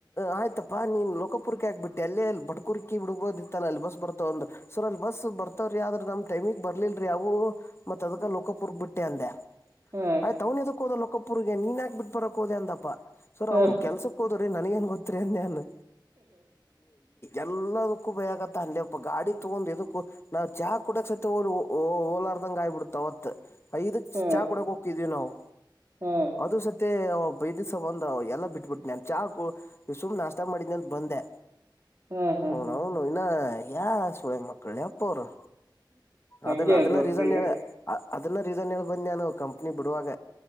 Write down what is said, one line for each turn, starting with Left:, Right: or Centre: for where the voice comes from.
Left: ಆಯ್ತಪ್ಪಾ ನೀನ್ ರೋಕ್ ರ್ಕಿ ಆಕ್ಬಿಟ್ಟ ಅಲ್ಲಿ ಅಲ್ಲಿ ಬಟ್ಕುರ್ಕೀ ಬಿಡಬೋದಿತ್ತಲ್ಲ ಅಲ್ಲಿ ಬಸ್ ಬರ್ತವ್ ಅಂದ ಸರ್ ಅಲ್ಲಿ ಬಸ್ ಬರ್ತವ್ರ ಆದ್ರ ನಮ ಟೈಮ್ ನಿಗ್ ಬರ್ಲಿಲ್ರಿ ಯಾವು ಮತ್ ಅದಕ ಲೋಕಪುರ್ಗ್ ಬಿಟ್ಟೆ ಅಂದೆ
Right: ಹಾ
Left: ಆಯ್ತ್ ಅವ್ನ್ ಎದಕ್ ಹೋದ ಲೊಕ್ಕಪ್ಪುರ್ಗೆ ನೀನ್ ಯಾಕ್ ಬಿಟ್ ಬರಕ್ ಹೋದೆ ಅಂದಪ ಸರ್
Right: ಹಾ
Left: ಅವ್ರು ಕೆಲ್ಸಕ್ ಹೋದ್ರಿ ನನಿಗೆನ್ ಗೊತ್ತರಿ ಅನ್ಡೆನಾನ್. ಎಲ್ಲದಕ್ಕೂ ಭಯ ಗೊತ್ತಾನ್ ಲೇಪ ಗಾಡಿ ತಗೊಂಡ್ ಎದಕ್ ನಾವು ಚಾ ಕುಡಕ್ ಸತ್ ಆಗ್ ಬಿಡ್ತ್ ಅವತ್ ಐದಕ್
Right: ಹಾ
Left: ಚಾ ಕ ಕುಡಕ್ ಹೋಗಿದೀವಿ ನಾವ್
Right: ಹಾ
Left: ಅದು ಸತ ಬೈದ ಸಂಬಂಧ ಎಲ್ಲಾ ಬಿಟ್ಬಿಟ್ಟುನ ನನ್ ಚಾ ಸುಮ್ನೆ ನಾಷ್ಟ ಮಾಡಿದನ ಅಂತ ಬಂದ್ಯಾ
Right: ಹಾ ಹಾ
Left: ಅವ್ನೂನ್
Right: ಹಾ
Left: ಇನ್ನ ಯಾ ಸುಳೆ ಮಕ್ಕಲೆಪ್ಪ ಅವ್ರು.
Right: ಹಂಗೆ
Left: ಅದನ್ನ ಅದನ್ನ
Right: ಅದ್ ದೋಸ್ತ
Left: ರೀಸನ್
Right: ಈಗ
Left: ಹೇಳ ಹ ಅದಲ್ಲ ರೀಸನ್ ಹೇಳ್ಬಂದ್ ನಾನು ಕಂಪ್ನಿ ಬಿಡುವಾಗ